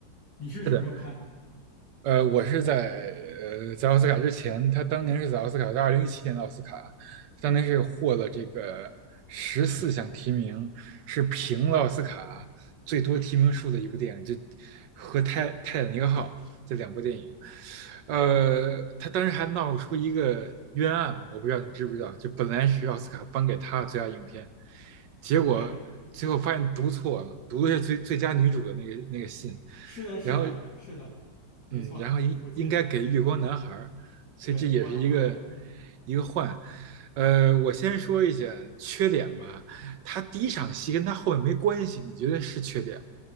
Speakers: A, on the left; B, on the right.
A: 你是什么时候看的？
B: 是的？呃，我是在呃在奥斯卡之前，他当年是在奥斯卡，在二零一七年的奥斯卡，当年是获了这个十四项提名，是平了奥斯卡最多提名数的一部电影，就和泰《泰坦尼克号》这两部电影。呃，他当时还闹出一个冤案，我不知道你知不知道，就本来是奥斯卡颁给他的最佳影片，结果最后发现读错了，
A: 对，
B: 读的是最最佳女主的那个那个信，
A: 是的，是的，
B: 然后
A: 是的，没错，
B: 嗯，然后应应该给月光男孩儿，
A: 我记得，
B: 所以这也是一个
A: 对，《月光男孩》。嗯。
B: 一个换。呃，我先说一下缺点吧，他第一场戏跟他后面没关系，你觉得是缺点吗？